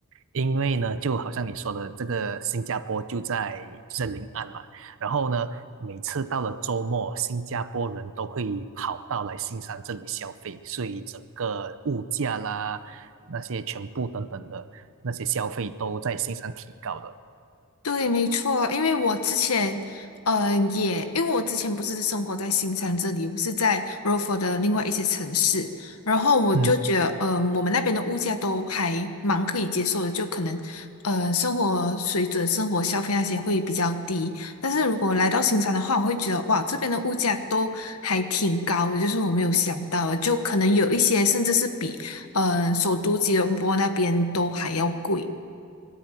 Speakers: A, on the right; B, on the left.
A: 因为呢，就好像你说的，这个新加坡就在就在临岸嘛，然后呢，每次到了周末，新加坡人都会跑到来新山这里消费，所以整个物价啦，那些全部等等的那些消费都在新山提高的。
B: 对，没错，因为我之前，呃，也因为我之前不是生活在新山这里，我是在 r o f o r 的另外一些城市，然后我就觉得，
A: 嗯，
B: 呃，我们那边的物价都还蛮可以接受的，就可能，呃，生活水准、生活消费那些会比较低。但是如果来到新山的话，我会觉得，哇，这边的物价都还挺高的，就是我没有想到的就可能有一些甚至是比，呃，首都吉隆坡那边都还要贵。